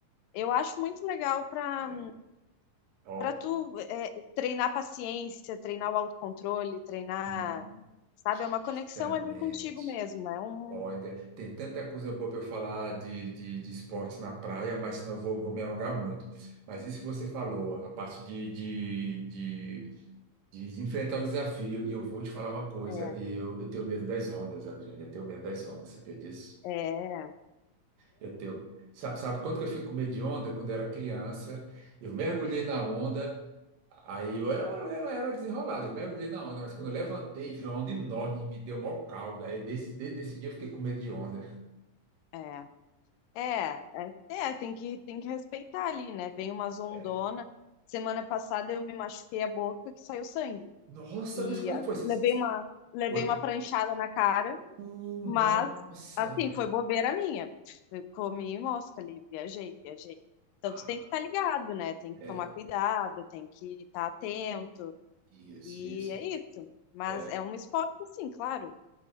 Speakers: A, on the left; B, on the right.
A: Eu acho muito legal para
B: É, ó,
A: para tu é, treinar paciência, treinar o autocontrole, treinar,
B: hum,
A: sabe,
B: justamente.
A: é uma conexão ali contigo mesmo, é um
B: Olha, tem tanta coisa boa para eu falar de, de, de esporte na praia, mas senão eu vou, vou me alongar muito. Mas isso que você falou, a parte de, de, de, de enfrentar o desafio, e eu vou te falar uma coisa,
A: é
B: eu, eu tenho medo das ondas, Adriane, eu tenho medo das ondas, sabia disso?
A: é
B: Eu tenho. Sabe, sabe quando que eu fui com medo de onda? Quando eu era criança, eu mergulhei na onda, aí eu, eu, eu era desenrolado, eu mergulhei na onda, mas quando eu levantei, vi uma onda enorme, me deu maior caldo, aí desse- desde esse dia eu fiquei com medo de onda.
A: é é, é, é, tem que tem que respeitar ali, né? Vem umas ondona.
B: É,
A: Semana passada eu me machuquei a boca que saiu sangue
B: Nossa,
A: e
B: mas como
A: ah,
B: é que foi? Você-
A: levei
B: você-
A: uma levei
B: Foi?
A: uma pranchada na cara
B: Uh,
A: Mas,
B: nossa.
A: assim, foi bobeira minha. Eu comi mosca ali, viajei, viajei. Então,
B: Ah,
A: tu tem que estar ligado, né? Tem
B: é,
A: que tomar cuidado, tem que estar atento.
B: isso,
A: E
B: isso.
A: é isso. Mas
B: É,
A: é um esporte, assim, claro.